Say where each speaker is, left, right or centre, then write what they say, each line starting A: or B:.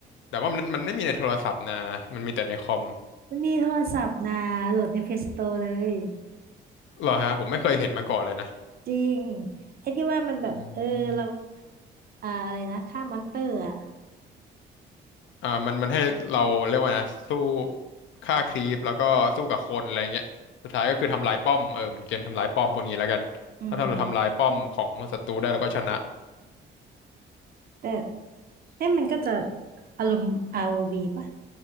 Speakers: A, on the left; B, on the right.
A: แต่ว่ามันมันไม่มีในโทรศัพท์นะมันมีแต่ในคอม
B: มันมีโทรศัพท์นะโหลดใน Play Store เลย
A: เหรอฮะผมไม่เคยเห็นมาก่อนเลยนะ
B: จริงไอ้ที่ว่ามันแบบเออเรา
A: อืม
B: อ่าอะไรนะฆ่ามอนเตอร์อ่ะ
A: อ่ามันมันให้เราเรียกว่านะสู้ฆ่าครีปแล้วก็สู้กับคนอะไรเงี้ยสุดท้ายก็คือทำลายป้อมเออเหมือนเกมทำลายป้อมพวกนี้แล้วกันถ้าเราทำลายป้อมของศัตรูได้เราก็ชนะ
B: อืมแต่เอ๊ะมันก็จะอารมณ์อาร์โอวีป่ะ